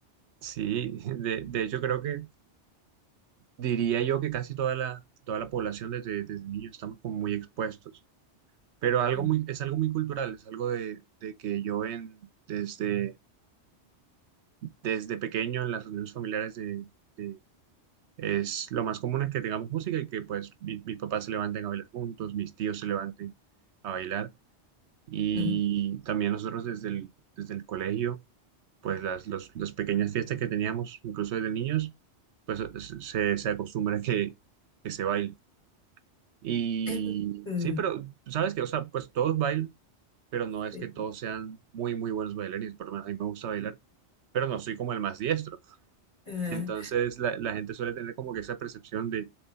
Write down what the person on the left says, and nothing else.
Mm,
mm.
<laughs> Mm,
sí.
Ah,